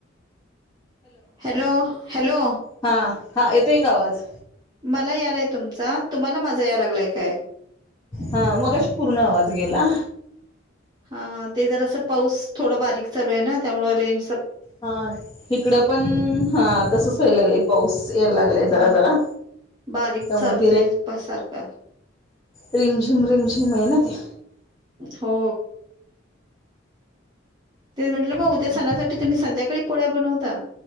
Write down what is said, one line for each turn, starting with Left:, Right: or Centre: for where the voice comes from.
Right: हॅलो. हॅलो.
Left: हा हा येतोय का आवाज
Right: मला यालाय तुमचा. तुम्हाला माजा याय लागलाय? काय
Left: हा मगाशी पूर्ण आवाज गेला.
Right: हा ते जरासं, पाऊस थोडं बारीक चालू हाय ना, त्यामुळे रेंज
Left: हा हीकडं पण हा, तसच व्हाय लागलंय, पाऊस यायला लागलाय जरा
Right: हा
Left: जरा
Right: बारीक
Left: त्यामुळे
Right: चालूच हाय पा सारखा.
Left: रिम झुम, रिम झीम हाय ना ते.
Right: हो. तेच म्हटलं, मग उद्या
Left: ते
Right: सणासाठी तुम्ही संध्याकाळी पोळ्या बनवता?